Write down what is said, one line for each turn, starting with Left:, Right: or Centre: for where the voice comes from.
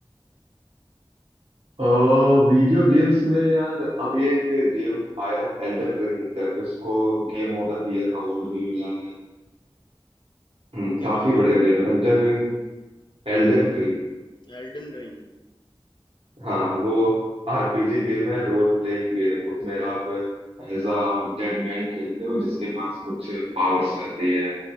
Right: वीडियो गेम्स में यार अभी एक गेम आया था एल्डन रिंग करके उसको game of the year award भी मिला है हम्म,
Left: क्या
Right: काफी
Left: नाम है
Right: बढ़िया गेम है एल्डन रिंग एल्डन रिंग
Left: Elden Ring
Right: हाँ वो आरपीजी गेम है रोल प्लेइंग गेम उसमें आप एज अ डेड मैन खेलते हो जिसके पास कुछ पावर्स रहती है